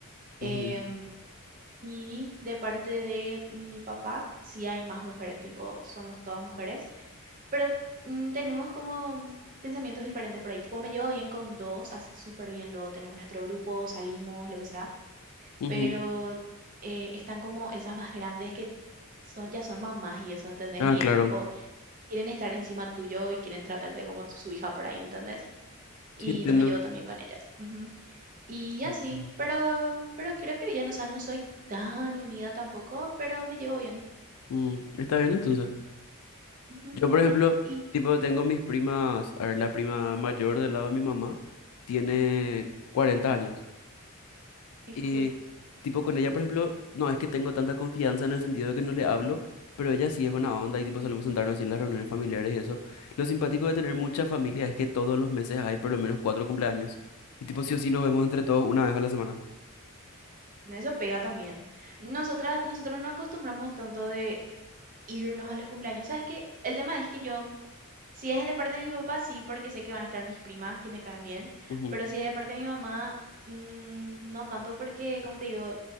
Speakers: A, on the left (about 85°); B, on the right (about 40°).
A: ujú,
B: Em, y de parte de mi papá, sí hay más mujeres, tipo, somos todas mujeres, pero mm, tenemos como pensamientos diferentes por ahí. Tipo, me llevo bien con dos, así súper bien. Luego tenemos nuestro grupo, salimos, lo que sea
A: ujú.
B: pero eh, están como esas más grandes que son, ya son mamás y eso, ¿entendés?
A: Ah,
B: Y
A: claro.
B: es tipo, quieren estar encima tuyo y quieren tratarte como tu- su hija por ahí, ¿entendés? Y
A: Sí, entiendo.
B: no me llevo tan bien con ellas. Ujú. Y
A: Ujú.
B: así, pero, pero creo que bien, o sea, no soy tan unida tampoco, pero me llevo bien.
A: Mm, está bien entonces.
B: Ujú.
A: Yo, por ejemplo,
B: Y,
A: tipo tengo mis
B: ujú.
A: primas, a ver, la prima mayor del lado de mi mamá tiene 40 años.
B: Ay,
A: Y
B: jue,
A: tipo con ella, por ejemplo, no es que tengo tanta confianza en el sentido de que no le hablo, pero ella sí es buena onda y tipo solemos sentarnos así en las reuniones familiares y eso. Lo simpático de tener mucha familia es que todos los meses hay por lo menos cuatro cumpleaños. Y tipo sí o sí nos vemos entre todos una vez a la semana.
B: no Eso pega también. Nosotras, nosotros no acostumbramos tanto de irnos a los cumpleaños. ¿Sabes qué? El tema es que yo Si es de parte de mi papá, sí, porque sé que van a estar mis primas que me caen bien,
A: Ujú,
B: pero si es de parte de mi mamá, mm, no tanto porque, como te digo,